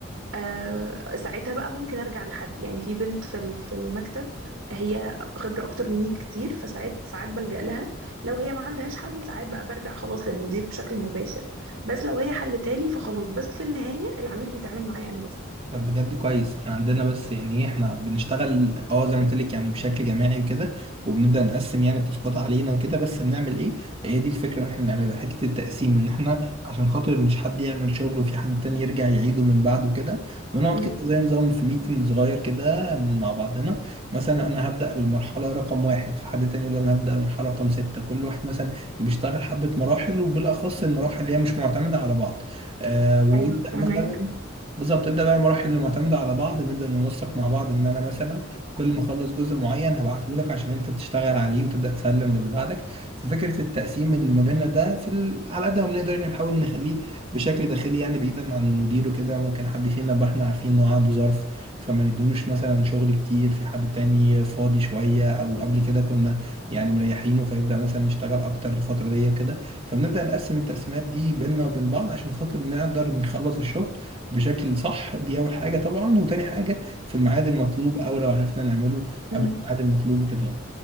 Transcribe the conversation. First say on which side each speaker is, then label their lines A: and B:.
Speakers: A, on the right; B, on the right.
A: آه ساعتها بقى ممكن ارجع لحد يعني في بنت في ال- في المكتب هي خبره اكتر مني بكتير فساعات ساعات بلجأ لها لو هي ما عندهاش حل ساعات بقى برجع خلاص للمدير بشكل مباشر بس لو هي حلتها لي فخلاص بس في النهايه العميل بيتعامل معايا انا بس
B: طب بجد كويس احنا عندنا بس يعني ايه احنا بنشتغل اه زي ما قلت لك يعني بشكل جماعي وكده وبنبدا نقسم يعني التاسكات علينا وكده بس بنعمل ايه هي دي الفكره اللي احنا بنعملها حته التقسيم ان احنا عشان خاطر مش حد يعمل شغل وفي حد تاني يرجع يعيده من بعده كده بنقعد
A: امم
B: كده زي نظام في ميتنج صغير كده مع بعضنا مثلا انا هبدا بالمرحله رقم واحد فحد تاني يقول انا هبدا بالمرحله رقم سته كل واحد مثلا بيشتغل حبه مراحل وبالاخص المراحل اللي هي مش معتمده على بعض آه ويبدا
A: ايوه فهمك
B: مثلا بالظبط تبدا بقى المراحل اللي معتمده على بعض نبدا ننسق مع بعض ان انا مثلا كل ما اخلص جزء معين هبعته لك عشان انت تشتغل عليه وتبدا تسلم للي بعدك ففكره التقسيم اللي ما بيننا ده في ال... على قد ما بنقدر يعني نحاول نخليه بشكل داخلي يعني بعيدا عن المدير وكده ممكن حد فينا يبقى احنا عارفين ان هو عنده ظرف فما نديلوش مثلا شغل كتير في حد تاني فاضي شويه او قبل كده كنا يعني مريحينه فيبدا مثلا يشتغل اكتر الفتره دي كده فبنبدا نقسم التقسيمات دي بيننا وبين بعض عشان خاطر نقدر نخلص الشغل بشكل صح دي اول حاجه طبعا وتاني حاجه في الميعاد المطلوب او لو عرفنا نعمله
A: امم
B: قبل الميعاد المطلوب وكده أهو.